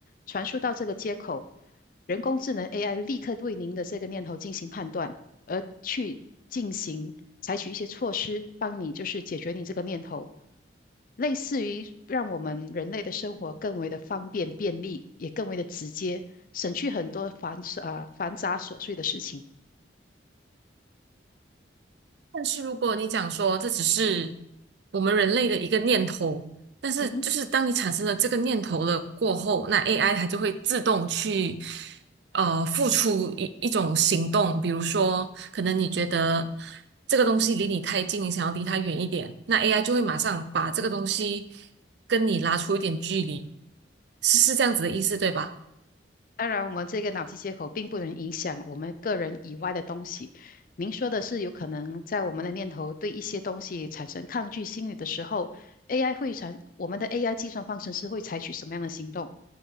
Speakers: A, on the left; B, on the right.
A: 传输到这个接口，人工智能 AI 立刻对您的这个念头进行判断，而去进行采取一些措施，帮你就是解决你这个念头，类似于让我们人类的生活更为的方便便利，也更为的直接，省去很多繁琐啊繁杂琐碎的事情。
B: 但是如果你讲说这只是我们人类的一个念头，但是就是当你产生了这个念头了过后，
A: 嗯哼。
B: 那 AI 它就会自动去呃付出一一种行动，比如说可能你觉得这个东西离你太近，你想要离它远一点，那 AI 就会马上把这个东西跟你拉出一点距离。是是这样子的意思，对吧？
A: 当然，我们这个脑机接口并不能影响我们个人以外的东西。您说的是，有可能在我们的念头对一些东西产生抗拒心理的时候，AI 会产，我们的 AI 计算方程式会采取什么样的行动？